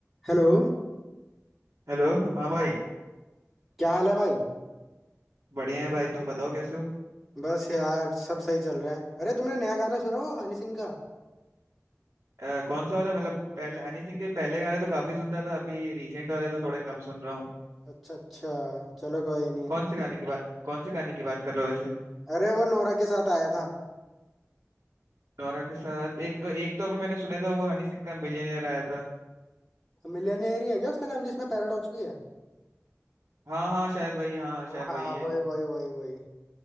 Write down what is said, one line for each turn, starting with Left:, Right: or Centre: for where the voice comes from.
Centre: Hello
Right: Hello हाँ भाई
Centre: क्या हाल है भाई
Right: बढ़िया है भाई तुम बताओ कैसे हो
Centre: बस यार सब सही चल रहा है अरे तुमने नया गाना सुना वो हनी सिंह का
Right: अ, कौन सा वाला मतलब पहले हनी सिंह के पहले गाने तो काफी सुनता था अभी रिसेंट वाले तो थोड़े कम सुन रहा हूँ
Centre: अच्छा अच्छा चलो कोई नहीं
Right: कौन से गाने की बात कौन से गाने की बात कर रहे हो वैसे
Centre: अरे वो नोरा के साथ आया था
Right: नोरा के साथ एक एक तो अभी मैंने सुना था वो हनी सिंह का मिलियनेयर आया था
Centre: मिलियनेयर ही है क्या उसका नाम जिसमें पैराडॉक्स भी है
Right: हाँ हाँ शायद वही हाँ हाँ, शायद
Centre: हाँ हाँ
Right: वही है
Centre: वही वही वही वही